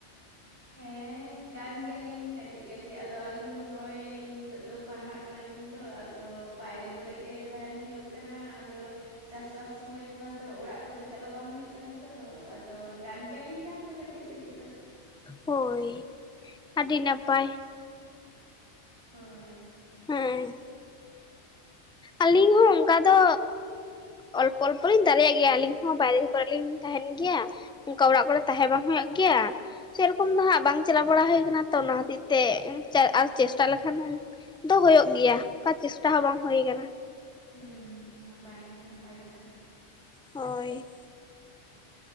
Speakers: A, on the right; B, in the centre.
A: ᱦᱮᱸ ᱜᱟᱱ ᱜᱮᱭᱟᱞᱤᱧ ᱠᱟᱹᱴᱤᱡ ᱠᱟᱹᱴᱤᱡ ᱟᱫᱚ ᱟᱹᱞᱤᱧ ᱫᱚ ᱱᱚᱜᱼᱚᱭ ᱱᱤᱛᱚᱜ ᱫᱚ ᱯᱟᱲᱦᱟᱜ ᱠᱟᱱᱟᱞᱤᱧ ᱛᱚ ᱟᱫᱚ ᱵᱟᱭᱨᱮ ᱠᱚᱨᱮ ᱜᱮ ᱛᱟᱦᱮᱱ ᱦᱩᱭᱩᱜ ᱠᱟᱱᱟ ᱟᱫᱚ ᱪᱟᱥ ᱵᱟᱥ ᱥᱩᱢᱚᱭ ᱢᱟᱛᱚ ᱚᱲᱟᱜ ᱠᱚᱫᱚ ᱪᱟᱞᱟᱜ ᱵᱟᱝ ᱦᱩᱭᱩᱜ ᱠᱟᱱᱟ ᱛᱚ ᱟᱫᱚ ᱜᱟᱱ ᱜᱮᱭᱟᱞᱤᱧ ᱜᱟᱱ ᱫᱚ ᱠᱟᱹᱴᱤᱡ ᱠᱟᱹᱴᱤᱡ ᱫᱚ
B: ᱦᱳᱭ ᱟᱹᱰᱤ ᱱᱟᱯᱟᱭ
A: ᱦᱳᱭ
B: ᱦᱮᱸ ᱟᱹᱞᱤᱧ ᱦᱚᱸ ᱚᱱᱠᱟ ᱫᱚ ᱚᱞᱯᱚ ᱚᱞᱯᱚ ᱞᱤᱧ ᱫᱟᱲᱮᱭᱟᱜ ᱜᱮᱭᱟ ᱟᱹᱞᱤᱧ ᱦᱚᱸ ᱵᱟᱭᱨᱮ ᱠᱚᱨᱮ ᱞᱤᱧ ᱛᱟᱦᱮᱱ ᱜᱮᱭᱟ ᱚᱱᱠᱟ ᱚᱲᱟᱜ ᱠᱚᱨᱮᱜ ᱛᱟᱦᱮᱸ ᱵᱟᱝ ᱦᱩᱭᱩᱜ ᱜᱮᱭᱟ ᱥᱮᱨᱚᱠᱚᱢ ᱫᱚ ᱦᱟᱸᱜ ᱵᱟᱝ ᱪᱟᱞᱟᱣ ᱵᱟᱲᱟ ᱦᱩᱭ ᱠᱟᱱᱟ ᱛᱚ ᱚᱱᱟ ᱦᱚᱛᱮ ᱛᱮ ᱟᱨ ᱪᱮᱥᱴᱟ ᱞᱮᱠᱷᱟᱱ ᱫᱚ ᱦᱳᱭ ᱜᱮᱭᱟ ᱚᱱᱠᱟ ᱪᱮᱥᱴᱟ ᱦᱚᱸ ᱵᱟᱝ ᱦᱩᱭᱩᱜ ᱟᱠᱟᱱᱟ᱾
A: ᱦᱮ ᱱᱟᱯᱟᱭ ᱱᱟᱯᱟᱭ ᱠᱟᱛᱷᱟ
B: ᱦᱳᱭ